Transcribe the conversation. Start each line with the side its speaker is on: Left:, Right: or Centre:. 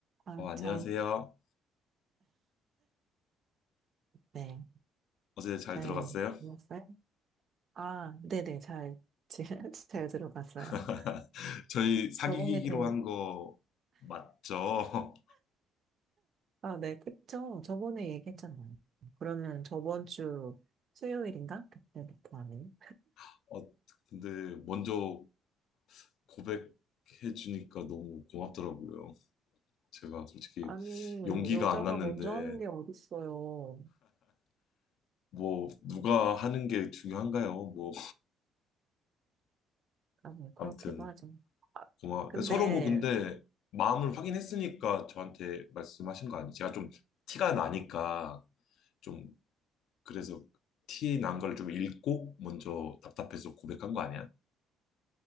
Right: 아,
Left: 어, 안녕하세요.
Right: 잘, 네,
Left: 어제 잘
Right: 잘
Left: 들어갔어요?
Right: 들었어요? 아, 네네, 잘, 지- <laughs> 잘 들어봤어요.
Left: <laughs> 저희 사귀기로
Right: 저번에 대,
Left: 한 거 맞죠?
Right: 아, 네, 그쵸. 저번에 얘기했잖아요. 그러면 저번 주 수요일인가? 그때부터 하는.
Left: <laughs> 어, 근데 먼저 고백해 주니까 너무 고맙더라고요. 제가 솔직히
Right: 아니,
Left: 용기가
Right: 여자가
Left: 안 났는데
Right: 먼저 하는 게 어딨어요.
Left: 뭐 누가 하는 게 중요한가요? 뭐
Right: 아니, 그렇게도
Left: 아무튼
Right: 하죠. 아,
Left: 고마
Right: 근데,
Left: 서로 뭐 근데 마음을 확인했으니까 저한테 말씀하신 거 아니에요? 제가 좀 티가 나니까 좀 그래서 티난 걸 좀 읽고 먼저 답답해서 고백한 거 아니야?